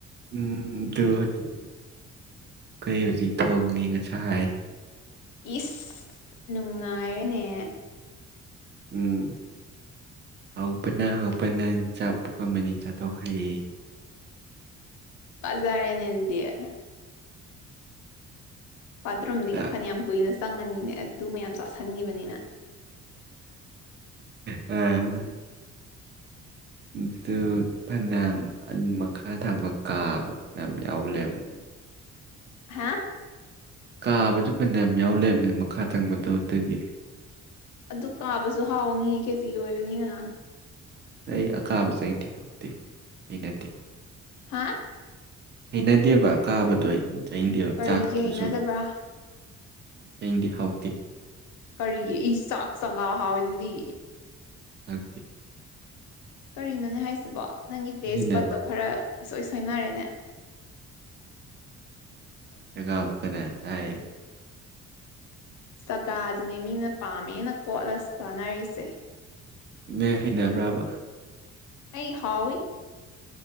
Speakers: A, on the right; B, on the left.
A: ꯎꯝ ꯑꯗꯨ ꯀꯩ ꯍꯧꯖꯤꯛ ꯊꯣꯡꯉꯤ ꯉꯁꯥꯏ ꯍꯥꯏ
B: ꯏꯁ ꯅꯨꯡꯉꯥꯏꯔꯅꯦ
A: ꯎꯝ ꯍꯧꯄꯅ ꯍꯧꯄꯅ ꯆꯥꯛ ꯄꯣꯛꯀꯝꯃꯅꯤ ꯆꯥꯊꯣꯛꯈ꯭ꯔꯦ
B: ꯇꯥꯔꯦꯅꯂꯗꯤꯑꯦ ꯕꯥꯠꯔꯨꯝꯗꯒꯤ
A: ꯆꯥꯛ
B: ꯐꯅꯌꯥꯝ ꯀꯨꯏꯅ ꯆꯪꯉꯅꯤꯅꯦ ꯑꯗꯨ ꯃꯌꯥꯝ ꯆꯥꯁꯟꯈꯤꯕꯅꯤꯅ
A: ꯎꯝ <unintelligible> ꯑꯗꯨ ꯐꯅꯌꯥꯝꯟ ꯃꯈꯥ ꯊꯪꯕ ꯀꯥꯕ ꯐꯅ ꯌꯥꯎꯂꯦꯕ <inaudible> <inaudible>
B: ꯍꯥ
A: ꯀꯥꯕꯁꯨ ꯐꯅꯌꯥꯝ ꯌꯥꯎ ꯂꯩꯕꯃꯤ ꯃꯈꯥ ꯇꯪꯕꯗꯣ ꯑꯗꯨꯗꯒꯤ
B: ꯑꯗꯨ ꯀꯥꯕꯁꯨ ꯍꯥꯎꯅꯤ ꯀꯦꯖꯤ ꯑꯣꯏꯕꯅꯤꯅ
A: ꯑꯩ ꯑꯀꯥꯕ ꯆꯩꯪꯗꯦ ꯍꯥꯎꯇꯦ ꯑꯩꯅꯗꯦ
B: ꯍꯥꯥ
A: ꯍꯩꯅꯗꯦꯕ ꯀꯥꯕꯗꯣ ꯑꯩ ꯆꯩꯅꯗꯦꯕ
B: ꯀꯔꯤꯒꯤ
A: ꯆꯥꯛꯇꯨꯁꯨ
B: ꯍꯩꯅꯗꯕ꯭ꯔꯥ
A: ꯆꯅꯤꯡꯗꯦ ꯍꯥꯎꯗꯦ
B: ꯀꯔꯤꯒꯤ ꯆꯥꯛ ꯆꯀꯥ ꯍꯥꯎꯋꯏꯗꯨꯗꯤ
A: ꯊꯥꯛꯇ
B: ꯀꯔꯤꯅꯣꯅꯦ ꯍꯥꯏꯁꯤꯕꯣ ꯅꯪꯒꯤ ꯇꯦꯁ
A: ꯍꯩꯅꯕ
B: ꯕꯠꯇꯣ ꯈꯔ ꯏꯁꯁꯣꯏ ꯁꯣꯏꯅꯔꯦꯅꯦ
A: ꯆꯒꯥꯎ ꯀ ꯆꯥꯏ
B: ꯆꯒꯥꯗꯨꯅꯦ ꯃꯤꯅ ꯄꯥꯝꯃꯦꯅ ꯈꯣꯠꯂ ꯆꯥꯅꯔꯤꯁꯦ
A: ꯅ ꯍꯩꯅꯕ꯭ꯔꯕ
B: ꯑꯩ ꯍꯥꯎ